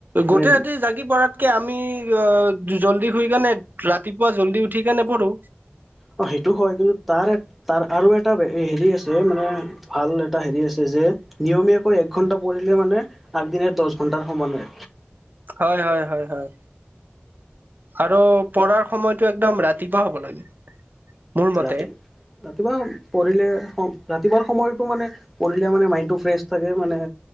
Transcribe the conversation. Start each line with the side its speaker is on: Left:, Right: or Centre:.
Centre: মানে
Right: গোটেই ৰাতি জাগি পঢ়াতকে আমি অ', জল্দি শুই কেনে ৰাতিপুৱা জল্দি উঠি কেনে পঢ়ো।
Centre: অ', সেইটো হয় কিন্তু তাৰ তাৰ আৰু এটা হেৰি আছে মানে ভাল এটা হেৰি আছে যে, নিয়মীয়াকৈ একঘণ্টা পঢ়িলে মানে আগদিনীয়া দহ ঘণ্টাৰ সমানে।
Right: হয়, হয়, হয়, হয়, আৰু পঢ়াৰ সময়তটো একদম ৰাতিপুৱা হ'ব লাগে। মোৰ মতে
Centre: ৰাতি, ৰাতিপুৱা পঢ়িলে ৰাতিপুৱা সময়তটো মানে পঢ়িলে মানে মাইণ্ডটো ফ্ৰেছ থাকে মানে।